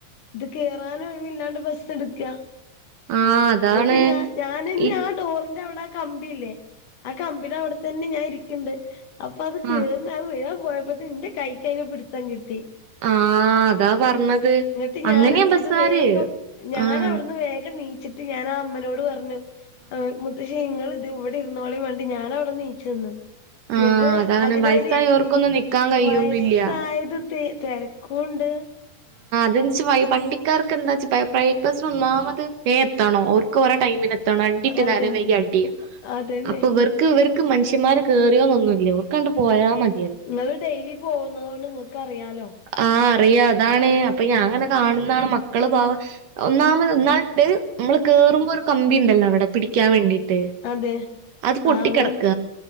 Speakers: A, on the left; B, on the right.
A: ഇത് കേറാനും ഒഴിവില്ലാണ്ട് ബസ്സ് ട്ക്കാ.
B: ആഹ് അതാണ്
A: ങ്ങട്ട് ഞ ഞാനന്നെ
B: ഇ
A: ആഹ് ഡോറിന്റെ അവടെ ആഹ് കമ്പില്ലേ ആഹ് കമ്പിടെ അഒട് തന്നെ ഞാൻ ഇരിക്ക്ണ്ട് അപ്പ അത് കേർണ
B: ആഹ്
A: അഹ് വേം പോയപ്പത്ത ന്റെ കൈയ്യ്ന് പിട്ത്തം കിട്ടി.
B: ആഹ് അതാ പറഞ്ഞത്
A: ഉ <inaudible> <unintelligible> ഇന്നിട്ട് ഞാനെ
B: അങ്ങനെയാ
A: എന്തേയ്
B: ബസ്സാര്
A: വേഗം ഞാനവ്ട്ന്ന്
B: ആഹ്
A: വേഗം നീ ഞാനാ അമ്മനോട് പറഞ്ഞു ആഹ് മുത്തശ് ഇങ്ങള് ഇത് ഇവടെ ഇരുന്നോളിം പർഞ്ഞിട്ട് ഞാന അവടെ നീച്ച് നിന്ന്
B: ആഹ്
A: ഇന്നിട്ട്
B: അതാണ്
A: അതിനവ്ടെ
B: വയസ്സായോർക്കൊന്നും
A: ഇരിത്തി
B: നിക്കാൻ കഴിയൊന്നുല്ല.
A: വയസ്സായത് തി തെര ക്കൂണ്ട്
B: ന്തന്ന്ച്ച വണ്ടിക്കാർക്ക് എന്താച്ച പ പ്രൈപസ്സ്‌ ഒന്നാമത് വേ എത്തണൊ ഓർക്ക് ഓരെ ടൈമിന് എത്തണൊ രണ്ടിൻറ്റ്
A: അതെ
B: നേരം വൈകിയ
A: അതെ
B: അടി
A: അതന്നെ
B: അപ്പൊ ഇവർ ക്ക് ഇവർക്ക് മനുഷ്യമ്മാര് കേറിയൊന്നുന്നില്ല ഇവർക്കണ്ട് പോയാ മതി
A: ഇങ്ങള് ഡെയിലി പോകുന്നതോണ്ട് ഇങ്ങക്കറിയാലൊ
B: ആഹ് അറിയ അതാണ് അപ്പൊ ഞാ ഇങ്ങനെ കാണുന്നാണ് മക്കള് പാവം ഒന്നാമത് ഇന്നാണ്ട്, മ്മള് കേറുമ്പൊ ഒരു കമ്പി ഇണ്ടലൊ? അവടെ പിടിക്കാൻ വേണ്ടീട്ട്.
A: അതെ
B: അത് പൊട്ടിക്കെടക്ക.
A: ആകം